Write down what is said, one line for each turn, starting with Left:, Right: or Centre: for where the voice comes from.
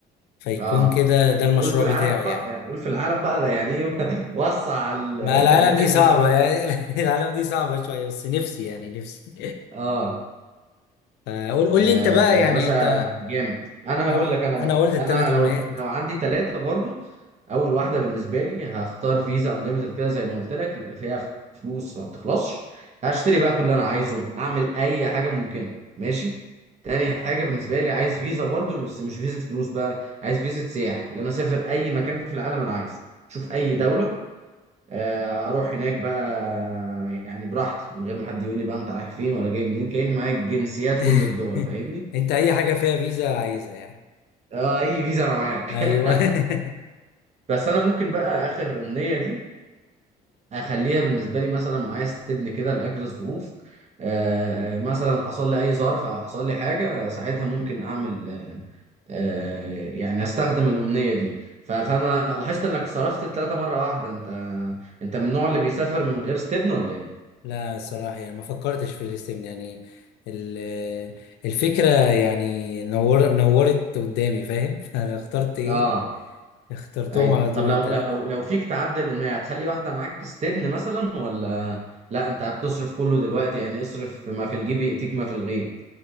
Left: فيكون
Right: اه
Left: كده ده المشروع
Right: قول في العالم
Left: بتاعي
Right: بقى
Left: يعني
Right: يعني قول في العالم بقى ده يعني ايه <laughs> وسع ال-
Left: ما العالم
Right: الحلم
Left: دي صعبة
Right: شويه
Left: يعني <laughs> العالم دي صعبة شوية بس نفسي يعني نفسي
Right: اه
Left: فقول قول
Right: آه،
Left: لي أنت بقى يعني
Right: يا باشا
Left: أنت
Right: جامد انا
Left: أنا
Right: هقول لك انا بقى
Left: أنا ولد التلات
Right: انا
Left: أمنيات
Right: لو لو عندي ثلاثه برضو اول واحده بالنسبه لي هختار فيزا انليمتد كده زي ما قلت لك يبقى فيها فلوس ما بتخلصش هشتري بقى كل اللي انا عايزه اعمل اي حاجه ممكنه ماشي تاني حاجه بالنسبه لي عايز فيزا برضو بس مش فيزا فلوس بقى عايز فيزا سياحه اللي انا اسافر اي مكان في العالم انا عايزه شوف اي دوله آه، اروح هناك بقى يعني براحتي من غير ما حد يقول لي بقى انت رايح فين ولا جاي منين كأني معايا جنسيات
Left: <laughs>
Right: كل الدول فاهمني
Left: أنت أي حاجة فيها فيزا عايزها يعني
Right: اه اي فيزا انا معاك
Left: أيوه
Right: <laughs>
Left: <laughs>
Right: بس انا ممكن بقى اخر امنية دي اخليها بالنسبة لي مثلا معايا استبن كده لاجل الظروف آه، مثلا حصل لي اي ظرف او حصل لي حاجة ساعتها ممكن اعمل آه، آه، يعني استخدم الامنية دي ف- فانا لاحظت انك صرفت الثلاثة مرة واحدة انت انت من النوع اللي بيسافر من غير استبن ولا ايه
Left: لا الصراحة يعني ما فكرتش في الاستبن يعني ال- الفكرة يعني نور نورت قدامي فاهم <laughs> فأنا اخترت إيه
Right: اه
Left: اخترتهم
Right: ايوه
Left: على طول
Right: طب لو
Left: التلاتة
Right: لو لو فيك تعدل الاغنيه هتخلي واحده معاك استبن مثلا ولا لا انت هتصرف كله دلوقتي يعني اصرف ما في الجيب ياتيك ما في الغيب